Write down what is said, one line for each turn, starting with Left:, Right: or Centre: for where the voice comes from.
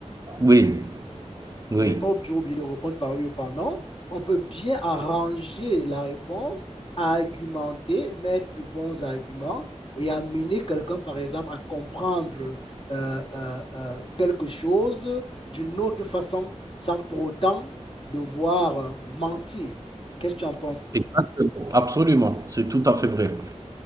Right: Oui, oui.
Left: On n'est pas toujours obligé de répondre par oui ou par non. On peut bien arranger la réponse, argumenter, mettre de bons arguments et amener quelqu'un, par exemple, à comprendre euh, euh, euh, quelque chose d'une autre façon, sans pour autant devoir euh, mentir. Qu'est-ce que tu en penses?
Right: Exactement, absolument, c'est tout à fait vrai,